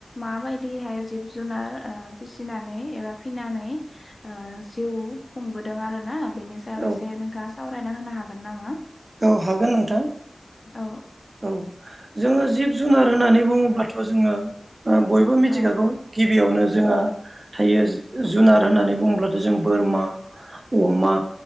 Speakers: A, on the left; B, on the right.
A: माबायदिहाय जिब जुनार ओ फिसिनानै एबा फिनानै ओ जिउ खु खुंबोदों आरो ना बेनि सायाव
B: औ
A: एसे नोंथांङा सावरायना होनो हागोन नामा?
B: औ हागोन नोंथां
A: औ
B: औ जोंङो जिब जुनार होननानै बुङोब्लाथ' जोंङो ओ बयबो मिथिखागौ
A: औ
B: गिबियावनोज जोंहा थायो जु जुनार होननानै बुङोब्लाथ' जों बोरमा, अमा